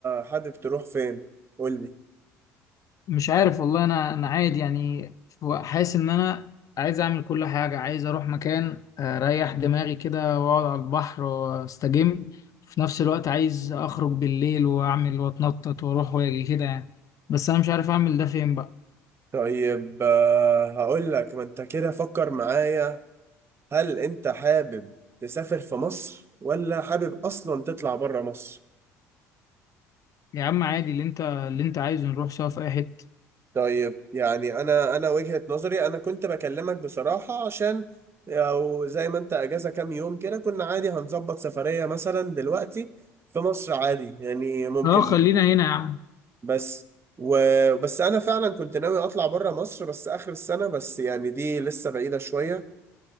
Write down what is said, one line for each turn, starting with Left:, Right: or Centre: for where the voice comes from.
Right: حابب تروح فين؟ قول لي
Left: مش عارف والله انا انا عادي يعني ف- حاسس ان انا عايز اعمل كل حاجه عايز اروح مكان آه، اريح دماغي كده واقعد على البحر واستجم في نفس الوقت عايز اخرج بالليل واعمل واتنطط واروح واجي كده يعني بس انا مش عارف اعمل ده فين بقى
Right: طيب آه، هقول لك ما انت كده فكر معايا هل انت حابب تسافر في مصر ولا حابب اصلا تطلع بره مصر؟
Left: يا عم عادي اللي انت اللي انت عايزه نروح سوا في اي حته
Right: طيب يعني انا انا وجهة نظري انا كنت بكلمك بصراحة عشان او زي ما انت اجازة كام يوم كده كنا عادي هنظبط سفرية مثلا دلوقتي في مصر عادي يعني ممكن
Left: اه خلينا هنا يا عم
Right: بس و... بس انا فعلا كنت ناوي اطلع بره مصر بس اخر السنة بس يعني دي لسه بعيدة شوية